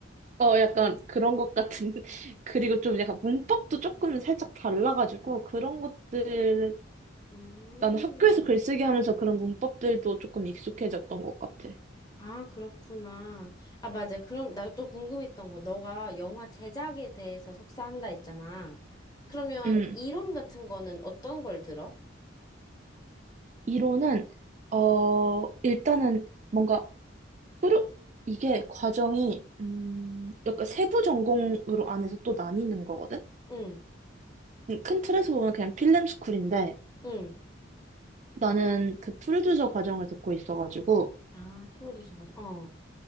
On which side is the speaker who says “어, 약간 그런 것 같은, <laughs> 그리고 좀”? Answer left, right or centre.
Right